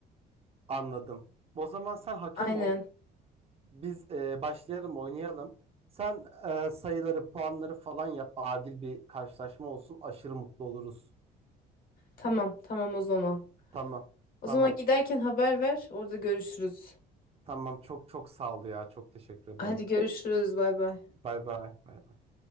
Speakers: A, on the right; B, on the left.
A: Anladım. O zaman sen hakem
B: Aynen.
A: ol. Biz e, başlayalım oynayalım. Sen e, sayıları, puanları falan yap. Adil bir karşılaşma olsun. Aşırı mutlu oluruz.
B: Tamam tamam o zaman.
A: Tamam.
B: O
A: Tamam.
B: zaman giderken haber ver. Orada görüşürüz.
A: Tamam. Çok çok sağ ol ya. Çok teşekkür ederim.
B: Hadi görüşürüz. Bay bay.
A: Bay bay. Bay bay.